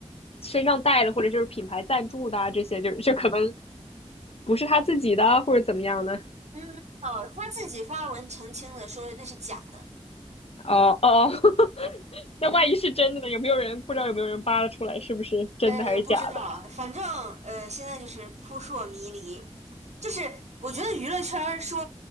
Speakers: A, on the left; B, on the right.
A: 身上带的，或者就是品牌赞助的啊这些就是就可能不是他自己的，或者怎么样的？
B: 嗯，没有，他自己发文澄清了，说那是假的。
A: 哦哦，<laughs> 那万一是真的呢？
B: 嗯，
A: 有没有人不知道有没有人扒拉出来是不是真的还是假的？
B: 呃，不知道，反正呃，现在就是扑朔迷离。就是我觉得娱乐圈儿说，